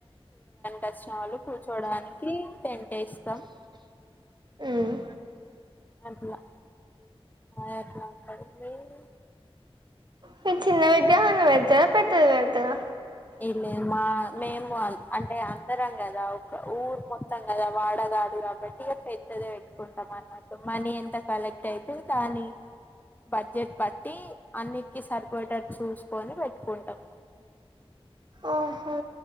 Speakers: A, on the left; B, on the right.
A: వచ్చినవాలు కూర్చోడానికి టెంట్ ఎస్తాం
B: ఉమ్.
A: అట్లా మాది అట్లా ఉంటది మీది
B: మీ చిన్న విగ్రహాన్ని పెడతారా పెద్దది పెడతారా
A: ఇ మా మేము అంటే అందరం కదా ఒక ఊరు మొత్తం కదా వాడ కాదు కాబట్టి ఇగా పెద్దది పెట్టుకుంటాం అన్నమాట మనీ ఎంత కలెక్ట్ అయితే దాని బడ్జెట్ బట్టి అన్నిటికి సరిపోయేటట్టు చూసుకొని పెట్టుకుంటాం
B: ఓహో